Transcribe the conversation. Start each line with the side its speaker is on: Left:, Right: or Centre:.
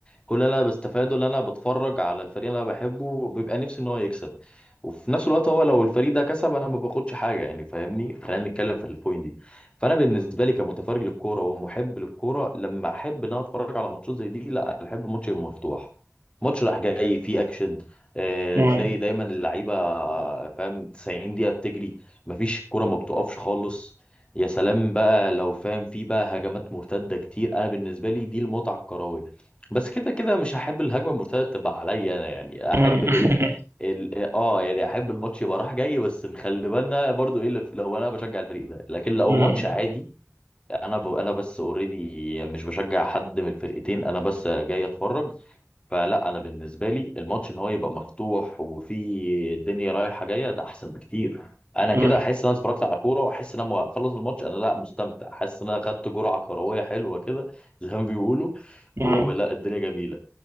Left: كل اللي انا بستفاده اللي انا بتفرج على الفريق اللي انا بحبه وبيبقى نفسي ان هو يكسب وفي نفس الوقت هو لو الفريق ده كسب انا ما باخدش حاجه يعني فاهمني خلينا نتكلم في البوينت دي فانا بالنسبه لي كمتفرج للكوره ومحب للكوره لما احب ان انا اتفرج على ماتشات زي دي لا انا احب الماتش المفتوح ماتش راح جاي فيه اكشن آه،
Right: مم.
Left: تلاقي دايما اللعيبه آه، فاهم 90 دقيقه بتجري مفيش الكوره ما بتقفش خالص يا سلام بقى لو فاهم فيه بقى هجمات مرتده كتير انا بالنسبه لي دي المتعه الكرويه بس كده كده مش هحب الهجمه المرتده تبقى عليا انا يعني
Right: مم.
Left: احب الايه
Right: <laughs>
Left: ال- اه يعني احب الماتش يبقى رايح جاي بس نخلي بالنا برضو ايه اللي في- لو انا بشجع الفريق ده لكن لو
Right: مم.
Left: ماتش عادي انا ب... انا بس اوريدي مش بشجع حد من الفرقتين انا بس جاي اتفرج فلا انا بالنسبه لي الماتش ان هو يبقى مفتوح وفي دنيا رايحه جايه ده احسن بكتير انا
Right: مم.
Left: كده احس ان انا اتفرجت على كوره واحس ان انا لما اخلص الماتش انا لا مستمتع حاسس ان انا خدت جرعه كرويه حلوه كده زي ما بيقولوا
Right: مم.
Left: ولا الدنيا جميله